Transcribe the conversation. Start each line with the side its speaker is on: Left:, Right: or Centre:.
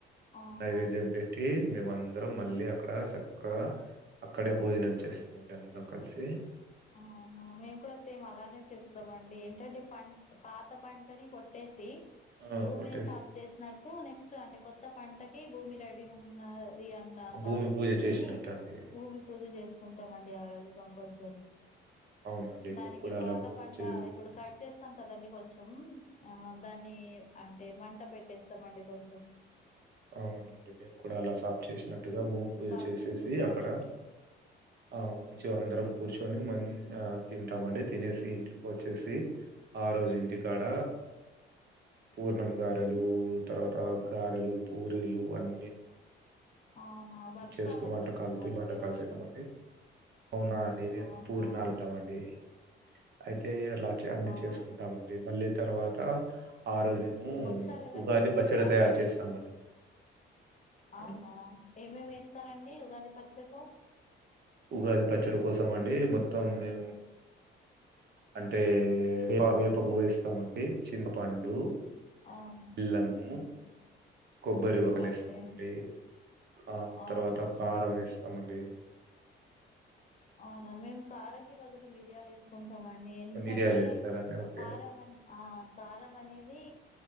Left: అవునా
Right: నైవేద్యం
Left: అండి
Right: పెట్టి మేమ అందరం మళ్ళీ అక్కడ స కదా అప్ అక్కడే భోజనం చేస్తామండి అందరం కలిసి
Left: అవునా మేము కూడా సేమ్ అలానే చేస్తామ అండి ఏంటంటే పంట పాత పంటని కొట్టేసి
Right: ఆ
Left: భూమిని
Right: కొట్టేసి
Left: సాఫ చేసినట్డు నెక్స్ట్ అంటే కొత్త త్త పంటకి భూమి రెడీ ఉన్నారు ఇ అన్న
Right: భూమి
Left: లాగా
Right: పూజ
Left: చేసుకుని
Right: చేసినట్టు అండి
Left: భూమి పూజ చేసుకుంటామండి ఆ రోజు కంపల్సరి
Right: అవునండి
Left: దానికి
Right: మేము కూడా
Left: పాత
Right: అలా భూమి
Left: పంట
Right: చే
Left: ఇప్పుడు కట్ చేస్తాం కదండి కొంచెం ఆ దాన్ని అం అంటే మంట పెట్టేస్తామండి కొంచెం
Right: అవునండి మేము కూడా అలా సాఫ్ చేసినట్టు గా భూమి పూజ
Left: సాఫ్
Right: చేసేసి
Left: చేసింది
Right: అక్కడ
Left: అన్నట్టు
Right: ఆ మంచి అందరం కూర్చొని మ తింటామండి తినేసి ఇంటికి వచ్చేసి ఆ రోజు ఇంటికాడ పూర్ణం గారెలు తర్వాత గారెలు పూరీలు అన్నీ
Left: అవునా భక్షాలు
Right: చేసుకో
Left: అంటారండి
Right: వంట కలిపి
Left: మా దగ్గర
Right: వంట కలు చేేద్దామండి అవునా అండి మేము
Left: అవునా
Right: పూరిని కల్తామండి అయితే అలా అన్ని
Left: అవునా
Right: చేసుకుంటామ అండి మళ్ళీ తర్వాత ఆ రోజేమో
Left: భక్షాలు ఎలా
Right: ఉగాది
Left: చేసుకుంటా
Right: పచ్చడి
Left: అంటే
Right: తయారు చేస్తామండి.
Left: అవునా
Right: హ్మ్.
Left: ఏమేమి ఎస్ ఏం వేస్తారండి ఉగాది పచ్చడీలో
Right: ఉగాది పచ్చడి కోసం అండి మొత్తం మేము అంటే వే వేప పువేస్తామండి చింతపండు
Left: ఆహా
Right: బెల్లము
Left: మ్మ్.
Right: కొబ్బరి వాలు
Left: ఓకే
Right: వస్తామండి ఆ తర్వాత
Left: ఆహా
Right: కారం వేస్ తమండి
Left: అవునా మేం కారకిి బదులు మిరియాలు వేసుకుం టమండి ఎందుకంటే
Right: మిరియాలు వేస్తారండి ఓకే
Left: కారం అని ఆ కారం అనేది